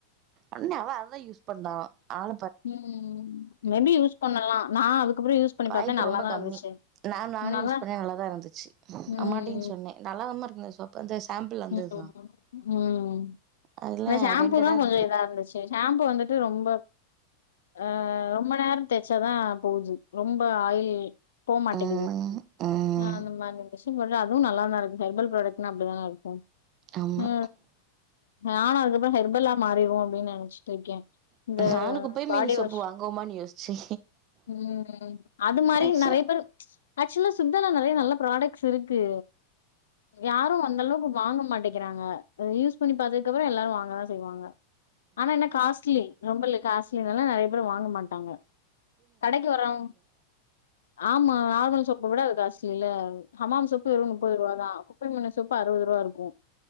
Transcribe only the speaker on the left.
ம் மேபி யூஸ் பண்ணலா நா அதுக்கப்புறோ யூஸ் பண்ணி
பாத்தே நல்லாதா
இருந்துச்சு
நல்லா
ம்
ம்
ம்
இந்த ஷாம்பூ
தா
கொஞ்சோ இதா இருந்துச்சு ஷாம்பூ வந்துட்டு ரொம்ப அ ரொம்ப நேரோ தேச்சாதா போகுது ரொம்ப ஆயில் போ மாட்டேக்குது
அந்த மாரி விஷய போட்டா அதுவு நல்லா தா இருக்கு ஹர்பல் ப்ராடெக்ட்ன்னா அப்டிதான இருக்கு
ஆ நானு அதுக்கப்புறோ ஹர்பல்லா மாறிறுவோ அப்டின்னு நெனச்சிட்டு இருக்கே இந்த
பாடி
வாஷ்
ம் அது மாரி
நெறைய பேரு ஆக்சுவலா சித்தால நெறைய நல்ல ப்ராடக்ட்ஸ் இருக்கு யாரு வந்த அளவுக்கு வாங்க மாட்டேக்கிறாங்க அத யூஸ் பண்ணி பாத்ததுக்கு அப்புறோ எல்லாரு வாங்கதா செய்வாங்க ஆனா என்ன காஸ்ட்லி ரொம்ப இ காஸ்ட்லினால நெறைய பேரு வாங்க மாட்டாங்க கடைக்கு வரவங் ஆமா நார்மல் சோப்ப விட அது காச்ட்லில ஹமாம் சோப்பு வெரு முப்பது ரூபா தா குப்பைமெனி சோப்பு அறுவது ரூவா இருக்கு